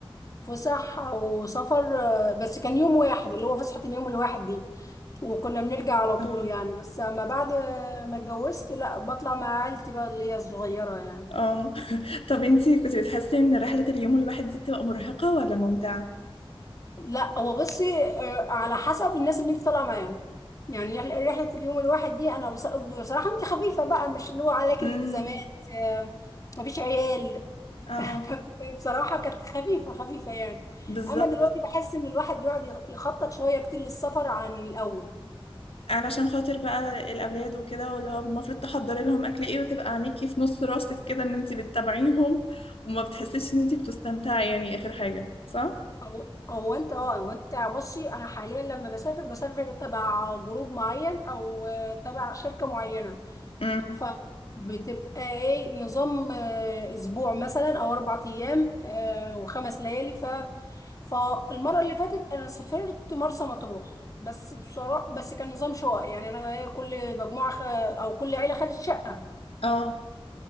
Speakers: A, on the left; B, on the left.
A: فسح او سفر آه، بس كان يوم واحد اللي هو فسحه اليوم الواحد دي وكنا بنرجع على طول
B: اه
A: يعني بس اما بعد ما اتجوزت لا بطلع مع عيلتي بقى اللي هي الصغيره يعني
B: اه <laughs> طب انتي كنت بتحسي ان رحله اليوم الواحد دي بتبقى مرهقه ولا ممتعه
A: لا هو بصي آه، على حسب الناس اللي انت طالعه معاهم يعني رحله رحلة اليوم الواحد دي انا بص- بصراحه انت خفيفه بقى مش اللي هو عليك
B: امم
A: التزامات آه، مفيش عيال
B: اه
A: <laughs> فبصراحة كانت خفيفة خفيفة يعني
B: بالظبط
A: أما دلوقتي بحس إن الواحد بيقعد يخ- يخطط شوية كتير للسفر عن الأول
B: علشان خاطر بقى الاولاد وكده واللي هو المفروض تحضري لهم اكل ايه وتبقى عينيكي في نص راسك كده ان انت بتتابعيهم وما بتحسيش ان انت بتستمتعي يعني اخر حاجه صح
A: هو هو أنت أه هو أنت بصي أنا حاليا لما بسافر بسافر تبع جروب معين أو آه، تبع شركة معينة
B: امم
A: فبتبقى ايه نظام آه، اسبوع مثلا او اربع ايام آه، وخمس ليالي ف فالمره اللي فاتت انا سافرت مرسى مطروح بس بصراحه بس كان نظام شقق يعني انا إيه، كل مجموعه خ- او كل عيله خدت شقه
B: اه